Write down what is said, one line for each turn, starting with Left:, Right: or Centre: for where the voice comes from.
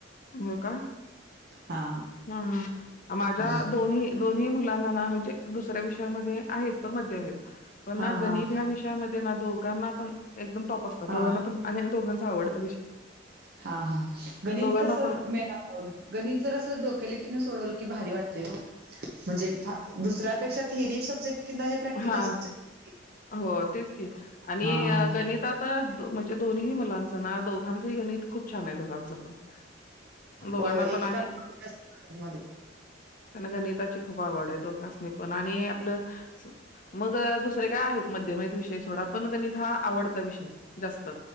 Left: हो का
Right: हा
Left: हा हा माझ्या
Right: हा
Left: दोन्ही दोन्ही मुलांना ना म्हणजे दुसऱ्या विषयामध्ये आहेत पण मध्यम आहेत पण ना
Right: हा
Left: गणित
Right: हा
Left: ह्या विषय दोघांना पण एकम टॉप असत्यात
Right: हा
Left: दोघांना पण आणि दोघांचा आवडता विषय
Right: हां हां गणित
Left: दोघांना
Right: कसं
Left: पण
Right: मे गणित जर असं डोकेलिटीने सोडवल की भारी वाटतय ओ म्हणजे दुसऱ्यापेक्षा थेरी सब्जेक्ट किंवा हे प्रॅक्टिकल
Left: हा
Right: सब्जेक्ट
Left: हो तेच की आणि
Right: हां
Left: गणितात म्हणजे दोनही मुलांचं ना दोघांचंही गणित खूप छान आहेत हो दोघांच पण दोघांना
Right: होय
Left: पण
Right: एकेका
Left: आणि
Right: मध्ये
Left: त्यांना गणिताची खूप आवड आहे दोघासणी पण आणि आपलं मग दुसरे काय आहेत मध्यम आहेत विषयी सोडा पण गणित हा आवडता विषय जास्त